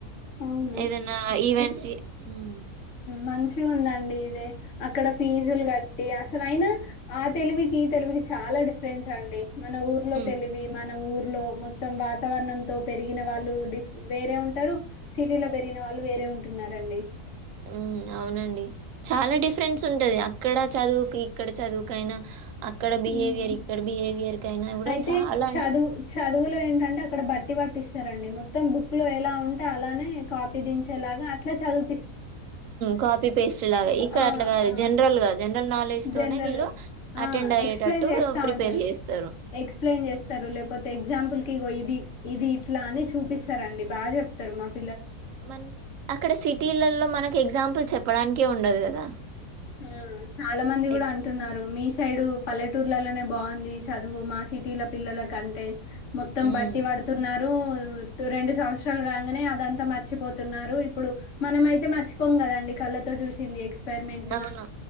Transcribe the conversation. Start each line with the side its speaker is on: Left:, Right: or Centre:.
Left: అవును
Right: ఏదన్నా ఈవెంట్స్ హుమ్
Left: మంచి గా ఉందండి ఇదే అక్కడ ఫీజులు కట్టి అసలు అయినా ఆ తెలువికి ఈ తెలువికి చాలా డిఫరెన్స్ అండి మన ఊర్లో
Right: హ్మ్.
Left: తెలివి మనం ఊరు లో మొత్తం వాతావరణం తో పెరిగిన వాళ్ళు డిఫ వేరే ఉంటారు సిటీలో పెరిగిన వాళ్ళు వేరే ఉంటున్నారండి
Right: ఊ అవునండి చాలా డిఫరెన్స్ ఉంటది అక్కడ చదువుకు ఇక్కడ చదువుక అయినా అక్కడ బిహేవియర్
Left: ఉమ్
Right: ఇక్కడ బిహేవియర్ కైనా కూడా
Left: అయితే
Right: చాల అంటే
Left: చదువు చదువులో ఏంటంటే అక్కడ బట్టి పట్టి ఇస్తారండి మొత్తం బుక్ లో ఎలా ఉంటే అలానే కాపీ దించేలాగా అట్లా చదువు
Right: కాఫీ పేస్ట్ లాగా ఇక్కడ
Left: ఆ
Right: అట్లాగా
Left: ఆ
Right: జనరల్ గా జనరల్ నాలె లేస్ తోనే
Left: జనరల్గా
Right: వీళ్ళు
Left: ఆ
Right: అటెండ్ అయ్యేటట్టు
Left: ఎక్స్ప్లెయిన్ చేస్తా
Right: ప్రిపేర్
Left: ఉంటారు
Right: చేస్తారు
Left: ఎక్స్ప్లెయిన్ చేస్తారు లేకపోతే ఎగ్జాంపుల్ కి ఇది ఇది ఇట్లా అని చూపిస్తా రండి బాగా చెప్తారు మాకు
Right: మ అక్కడ సిటీలలో మనకి ఎగ్జాంపుల్ చెప్పడానికే ఉండదు కదా
Left: ఆ చాలా మంది కూడా
Right: ఎక్-
Left: అంటున్నారు మీ స్ సైడు పల్లెటూర్లలోనే బాగుంది చదువు మా సిటీల పిల్లల కంటే మొత్తం
Right: ఉమ్,
Left: బట్టి పడుతున్నారు రూ రెండు సంవత్సరాలు గానే అదంతా మర్చిపోతున్నారు ఇప్పుడు మనం అయితే మర్చిపోం కదండి కళ్ళతో చూసి ఎక్స్పెరిమెంట్
Right: అవును